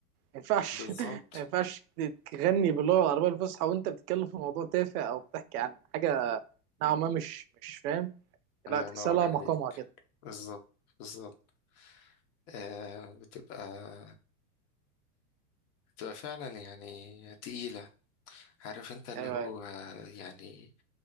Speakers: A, on the right; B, on the left.
A: ينفعش
B: بالظبط
A: <laughs> ما ينفعش تغني باللغة العربية الفصحى وأنت بتتكلم في موضوع تافه أو بتحكي عن حاجة نوعا ما مش مش فاهم
B: الله
A: لا تحسها
B: ينور
A: لها
B: عليك
A: مقامها كده
B: بالظبط بالظبط آه بتبقى بتبقى فعلا يعني تقيلة عارف انت اللي
A: أيوه
B: هو
A: أيوه
B: يعني